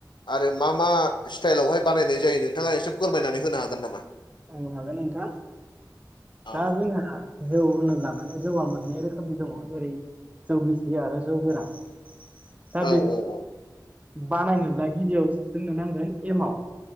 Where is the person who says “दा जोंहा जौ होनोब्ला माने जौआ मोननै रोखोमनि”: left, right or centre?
Right